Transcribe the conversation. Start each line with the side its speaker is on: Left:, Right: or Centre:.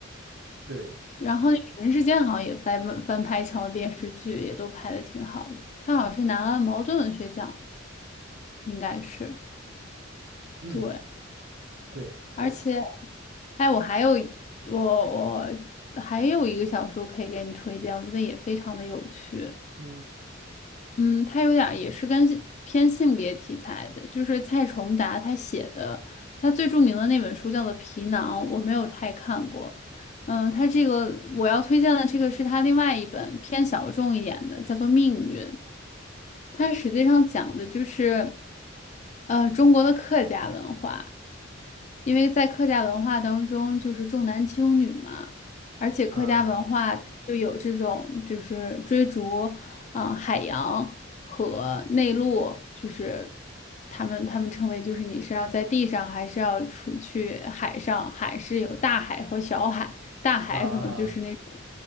Right: 对，
Left: 然后那个《人世间》好像也翻翻拍成了电视剧，也都拍的挺好的。他好像是拿了茅盾文学奖，应该是
Right: 嗯，
Left: 对。
Right: 对对，
Left: 而且，哎，我还有我我还有一个小说可以给你推荐，我觉得也非常的有趣。
Right: 嗯
Left: 嗯，他有点儿也是跟性偏性别题材的，就是蔡崇达他写的，他最著名的那本书叫做《皮囊》，我没有太看过。嗯，他这个我要推荐的这个是他另外一本偏小众一点的，叫做《命运》。它实际上讲的就是，呃，中国的客家文化，因为在客家文化当中就是重男轻女嘛，而且客家文化它就有这种就是追逐，
Right: 啊
Left: 嗯、海洋和内陆，就是他们他们称为就是你是要在地上还是要出去海上，海是有大海和小海，大海可能就是那种。
Right: 啊，